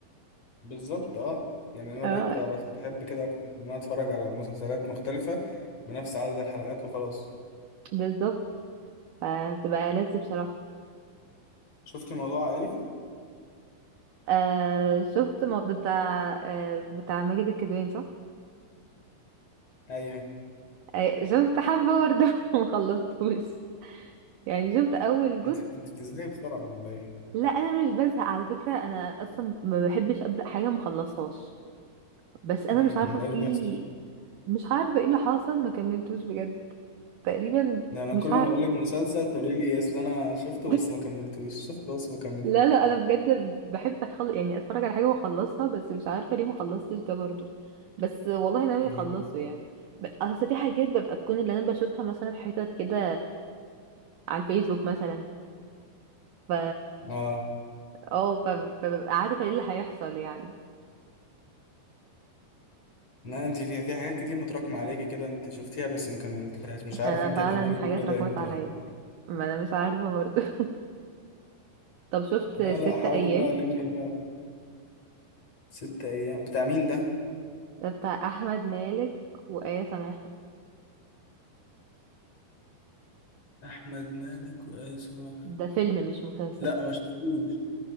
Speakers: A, on the left; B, on the right.
A: بالظبط اه يعني انا
B: اه
A: بقيت ب- بت- بحب كده اكتر ان انا اتفرج على مسلسلات مختلفة بنفس عدد الحلقات وخلاص
B: بالظبط فبتبقى لذ بصراحة
A: شفت موضوع عائلي؟
B: آه شفت موضوع بتاع آه بتاع ماجد الكدواني صح؟
A: ايوه
B: آه شفت حبة برضه <laughs> مخلصتوش يعني شفت أول جزء
A: انت انت بتزهقي بسرعة ولا ايه؟
B: لا أنا مش بزهق على فكرة أنا أصلا ما بحبش أبدأ حاجة مخلصهاش بس انا
A: امم
B: مش عارفه
A: امال
B: في
A: ايه اللي بيحصل؟
B: مش عارفه ايه اللي حصل ما كملتوش بجد تقريبا
A: ده انا
B: مش
A: كل ما
B: عارفه
A: بقول لك مسلسل تقولي لي اصل انا شفته
B: <laughs>
A: بس ما كملتوش شفته بس ما كملتوش
B: لا لا انا بجد بحب أخل... يعني اتفرج على حاجه واخلصها بس مش عارفه ليه ما خلصتش ده برضو بس والله ناوي
A: امم
B: اخلصه يعني ب- اصل في حاجات ببقى تكون اللي انا بشوفها مثلا حتت كده على الفيسبوك مثلا ف
A: اه
B: اه ف- فببقى عارفه ايه اللي هيحصل يعني
A: لا انت في في حاجات كتير متراكمة عليكي كده انت شفتيها بس ما كملتهاش مش عارف
B: انا
A: انت
B: فعلا
A: هتعملي
B: حاجات
A: كل
B: رقمت
A: ده امتى
B: عليا
A: يعني
B: ما انا مش عارفه برضو <laughs> طب شفت
A: لا
B: ست
A: لا حاولي
B: ايام
A: بقى لمي بقى ست ايام بتاع مين ده
B: ده بتاع احمد مالك وآية سماحة
A: احمد مالك وايسو مرحب
B: ده فيلم مش مسلسل
A: لا ما شفتوش